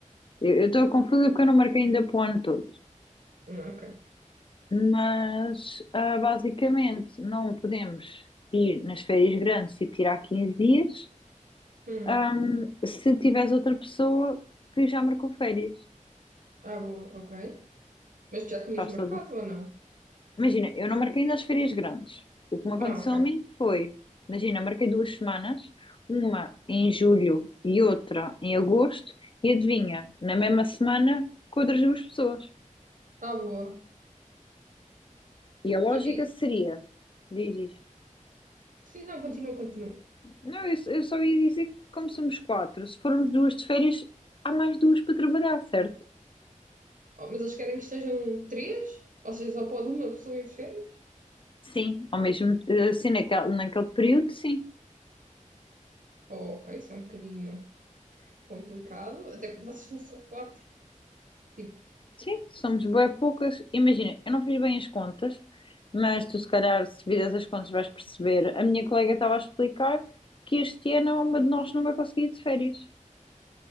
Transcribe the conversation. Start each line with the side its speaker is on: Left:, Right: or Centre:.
Left: Eu estou confusa porque eu não marquei ainda para o ano todo.
Right: Hum, ok.
Left: Mas, ah, basicamente, não podemos ir nas férias grandes e tirar 15 dias,
Right: Hum,
Left: ah, se tiveres outra pessoa que já marcou férias.
Right: ah, boa, ok. Mas tu já tinhas
Left: Faz
Right: marcado
Left: todo o
Right: ou não?
Left: Imagina, eu não marquei ainda as férias grandes. O que me aconteceu
Right: Ah, ok.
Left: a mim foi, imagina, marquei duas semanas, uma em julho e outra em agosto, e adivinha, na mesma semana com outras duas pessoas.
Right: Ah, boa.
Left: E a lógica
Right: Tu- e,
Left: seria, diz isto.
Right: sim, não, continua, continua.
Left: Não, eu, eu só ia dizer que como somos quatro, se formos duas de férias, há mais duas para trabalhar, certo?
Right: Oh, mas eles querem que estejam três? Ou seja, só pode uma pessoa ir de férias?
Left: Sim, ao mesmo, eh, assim, naquele, naquele período, sim.
Right: Oh, ok, isso é um bocadinho complicado. Até porque vocês são só quatro. Tipo,
Left: Sim, somos bem poucas. Imagina, eu não fiz bem as contas, mas tu, se calhar, se fizeres as contas, vais perceber. A minha colega estava a explicar que este ano uma de nós não vai conseguir ir de férias,